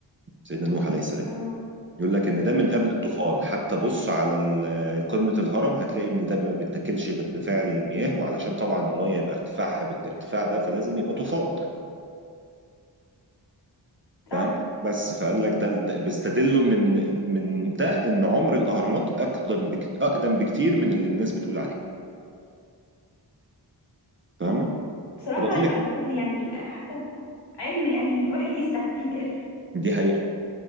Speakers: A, on the right (about 30°); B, on the left (about 65°).
A: سيدنا نوح عليه السلام
B: اه
A: يقول لك ان ده من قبل الطوفان حتى بص على ال- قمه الهرم هتلاقي ان ده ما بيتاكلش غير بفعل المياه وعلشان طبعا الميه يبقى ارتفاعها بالارتفاع ده فلازم يبقى طوفان
B: صح
A: فاهم بس فقال لك ده ده بيستدلوا من من ده ان عمر الاهرامات اقدم بك اقدم بكتير من اللي الناس بتقول عليه فاهمه
B: بصراحه
A: طب اقول
B: الاهرامات
A: لك
B: دي يعني حسن علم يعني الواحد يسرح فيه كده
A: دي حقيقه